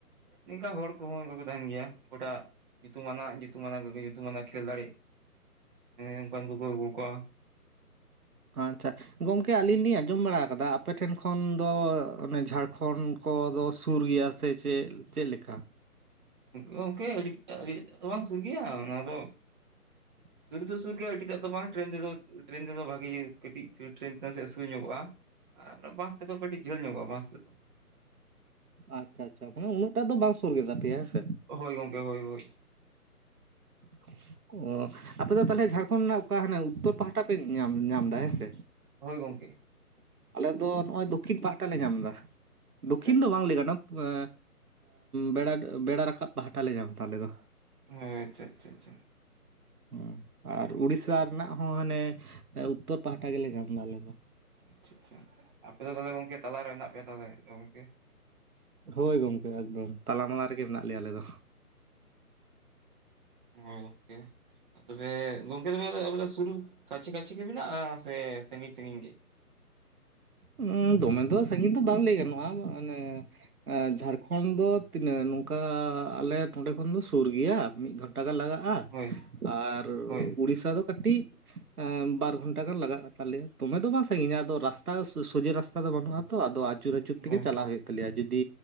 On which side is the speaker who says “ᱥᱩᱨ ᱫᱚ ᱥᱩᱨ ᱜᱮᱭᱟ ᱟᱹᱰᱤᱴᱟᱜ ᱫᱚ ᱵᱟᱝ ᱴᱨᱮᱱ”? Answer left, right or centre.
Right